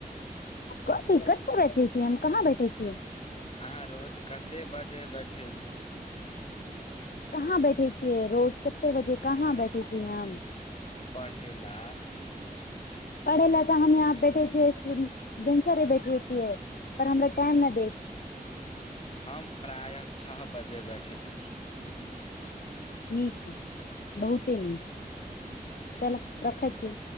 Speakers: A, on the left; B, on the left.
A: कथी कते बैठे छी हम कहाँ बैठे छी
B: अहाँ रोज कते बजे बैठति
A: कहाँ बैठे छियै रोज कते बजे कहाँ बैठे छियै हम
B: पढ़ै ला
A: पढ़े ला तऽ हम यहां बैठे छियै भिनसरे बैठै छियै पर हमरा टाइम न देत
B: हम प्रायः छह बजे बठित छी
A: नीक बहुते नीक चलऽ रखै छी